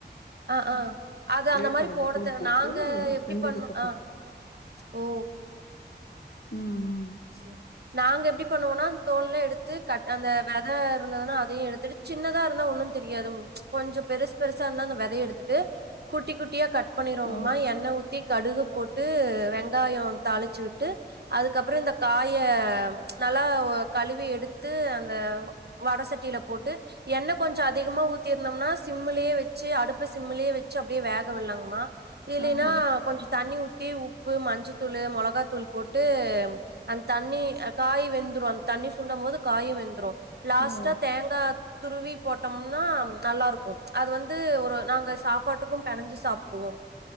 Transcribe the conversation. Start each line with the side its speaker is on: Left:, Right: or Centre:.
Right: அ ஆ அது அந்த
Left: வேர்க்கடல
Right: மாரி போடத்தேவல
Left: தூள் போட்டு
Right: நாங்க எப்டி
Left: வெந்ததுக்கப்புறம்
Right: பண்ணும் அ ஓ
Left: ம் ம்
Right: சரி நாங்க எப்படி பண்ணுவோம்னா சேரி‌ நாங்க எப்டி பண்ணுவோனா அந்த தோல்ல எடுத்து கட அந்த வெத இருந்ததுன்னா அதையும் எடுத்துட்டு சின்னதா இருந்தா ஒன்னும் தெரியாது கொஞ்சம் பெருசு பெருசா இருந்தா அந்த விதை எடுத்துட்டு குட்டி குட்டியா க ட் பண்ணிருவோங்கம்மா
Left: ஓ!
Right: என்ன ஊத் த்தி கடுகு போட்டு வெங்காயம் தாளிச்சு விட்டு அதுக்கப்பறோ இந்த காய நல்லா கழுவி எடுத்து அந்த வட சட்டியில போட்டு எண்ண கொஞ்சம் அதிகமா ஊத்திருந்தோம்னா சிம்மலேயே வச்சு அடுப்பு சிம்மலயே வச்சு அப்டியே வேக விட்லாங்கமா இல்லைன்னா
Left: ஆ ஸ்
Right: கொஞ்சம் தண்ணி ஊத்தி உப்பு மஞ்சத்தூள் மிளகாத்தூள் போட்டு அந் தண்ணி் காய் வெந்துடும் அந்த தண்ணி சுண்டும் போது காயும் வெந்துடும் லாஸ்டா
Left: ஓ!
Right: தேங்கா துருவி போட்டோம்னா நல்லா இருக்கும் அது வந்து ஒரு நாங்க சாப்பாட்டுக்கும் பெனஞ்சு சாப்பிடுவோம்